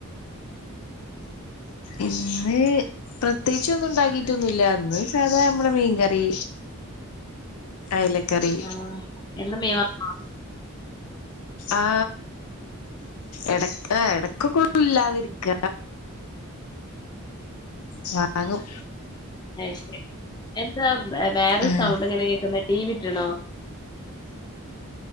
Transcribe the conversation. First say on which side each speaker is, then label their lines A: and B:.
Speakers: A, on the left (about 85°); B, on the left (about 20°).
A: ഇന്ന്.. പ്രത്യേകിച്ച് ഒന്നും ണ്ടാക്കീട്ടൊന്നുല്ല ന്ന് സാതാ മ്മളെ മീൻകറി അയ്ലക്കറി
B: ആണോ എന്നും മീൻ വാങ്ങി?
A: ആ എടക്ക്‌ എടക്കോക്കെ ഇല്ലാതിരിക്ക ചാകും
B: <unintelligible> എന്താ വേറെ
A: ആഹ്
B: സൗണ്ട് ങ്ങനെ കേക്കുന്ന ടി വി ഇട്ട്ണോ